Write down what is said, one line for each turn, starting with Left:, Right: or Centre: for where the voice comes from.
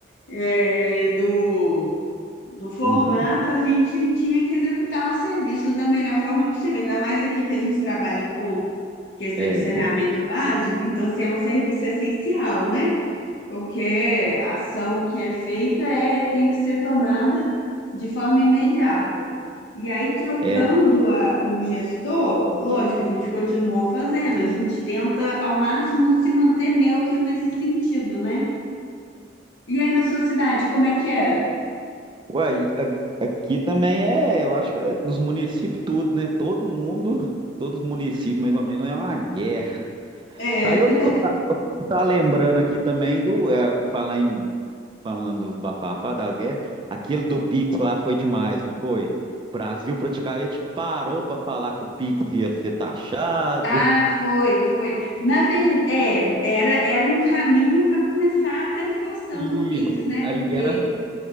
Left: eh, do, do formato,
Right: Uhum,
Left: a gente tinha que executar os serviços da melhor forma possível, ainda mais aqui que a gente trabalha com questão
Right: é.
Left: de saneamento básico, então, assim, é um serviço essencial, né? Qualquer ação que é feita é, tem que ser tomada de forma imediata. E aí, trocando
Right: É,
Left: a- o gestor, lógico, a gente continuou fazendo, a gente tenta ao máximo se manter neutro nesse sentido, né? E aí, na sua cidade, como é que é?
Right: uai, a- aqui também é, eu acho que é dos municípios tudo, né? Todo mundo, todos os municípios mais ou menos, é uma guerra.
Left: É.
Right: Aí eu,
Left: <laughs>
Right: eu, tá, eu tá lembrando aqui também do, é, falar em, falando dos bafafá das guerras, aquele do Pix lá foi demais, não foi? O Brasil praticamente parou para falar que o Pix ia ser taxado.
Left: Ah, foi, foi. Na verdade, era, era um caminho para começar a tarifação
Right: E
Left: do Pix, né?
Right: ali
Left: Porque
Right: era